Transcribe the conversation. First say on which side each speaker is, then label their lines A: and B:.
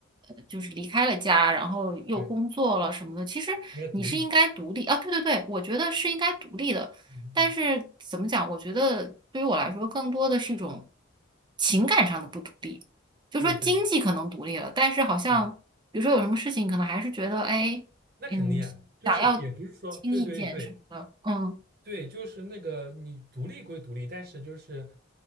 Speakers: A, on the right (about 25°); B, on the right (about 50°).
A: 呃，就是离开了家，然后又工作了什么的，
B: 对，
A: 其实你是应该独立啊，
B: 应该独立。
A: 对对对，我觉得是应该独立的。
B: 嗯嗯，
A: 但是怎么讲？我觉得对于我来说，更多的是一种情感上的不独立。就说经济可能独立了，
B: 对对，
A: 但是好像比如说有什么事情，
B: 是的，
A: 可能还是觉得哎，
B: 那肯定啊，
A: 嗯，
B: 就是也不是说，
A: 想要听意见什么的，
B: 对对对
A: 嗯。
B: 对，就是那个你独立归独立，但是就是